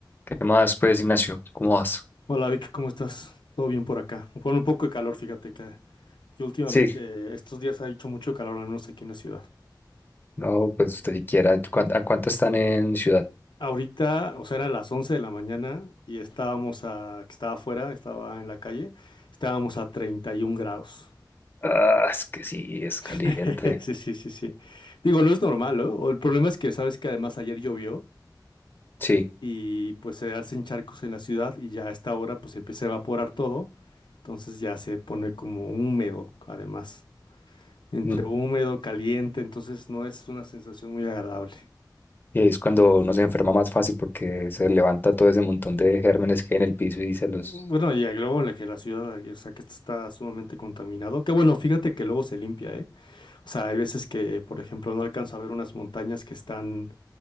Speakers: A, on the left (about 25°); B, on the left (about 80°).
A: ¿Qué más, pues, Ignacio? ¿Cómo vas?
B: Hola Vic, ¿cómo estás? ¿Todo bien por acá? Con un poco de calor, fíjate que, que últimamente
A: Sí,
B: estos días ha hecho mucho calor, al menos aquí en la ciudad.
A: no, pues usted siquiera. ¿cuán- ¿A cuánto están en ciudad?
B: Ahorita, o sea, eran las 11 de la mañana y estábamos a, que estaba afuera, estaba en la calle, estábamos a 31 grados.
A: Ah, es que sí, es caliente.
B: <laughs> Sí, sí, sí, sí. Digo, no es normal, ¿no? O El problema es que sabes que además ayer llovió
A: Sí,
B: y pues se hacen charcos en la ciudad y ya a esta hora pues empieza a evaporar todo, entonces ya se pone como húmedo además. entre
A: mm,
B: húmedo, caliente, entonces no es una sensación muy agradable.
A: y ahí es cuando uno se enferma más fácil porque se levanta todo ese montón de gérmenes que hay en el piso y se
B: Mm,
A: los.
B: Bueno, y luego la que la ciudad, o sea, que esto está sumamente contaminado, que bueno, fíjate que luego se limpia, ¿eh? O sea, hay veces que, por ejemplo, no alcanzo a ver unas montañas que están,